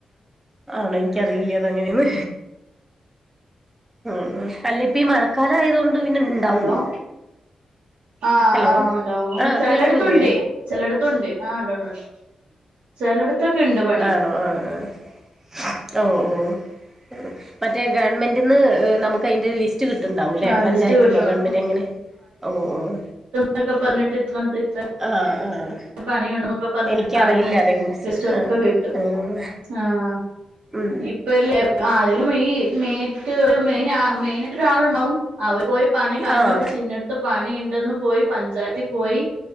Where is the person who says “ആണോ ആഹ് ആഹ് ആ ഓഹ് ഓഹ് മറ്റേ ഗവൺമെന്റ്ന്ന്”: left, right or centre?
Right